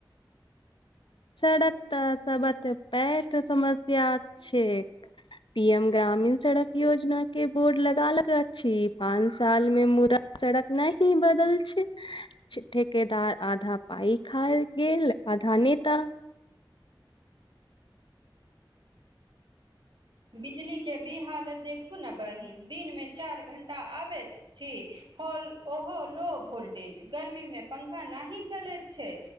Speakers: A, on the left (about 80°); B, on the right (about 70°).
A: सड़क तऽ सब बत पै तऽ समस्य छै <unintelligible> पी एम ग्रामीण सड़क योजना के बोर्ड लगा लक छी पाँच साल मे मुदा सड़क न ही बदल छैक ठेकेदार आधा पाई खाइ गेल। आधा नेता।
B: बिजलीकेँ भी हालत देखू ने बहिन दिनमे चार घंटा आबैत अति। होल ओहो लो वोल्टेज गर्मी मे पंखा नहि चलैत छै